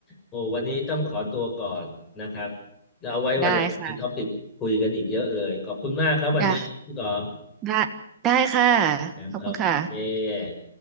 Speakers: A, on the left; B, on the right.
A: โอ้วันนี้ต้องขอตัวก่อนนะครับเดี๋ยวเอาไว้วันหลังมีท็อปิกคุยกันอีกเยอะเลยขอบคุณมากครับวันนี้พี่ดอม
B: ได้ค่ะได้ได้ได้ค่ะ
A: นะครับโอเค
B: ขอบคุณค่ะ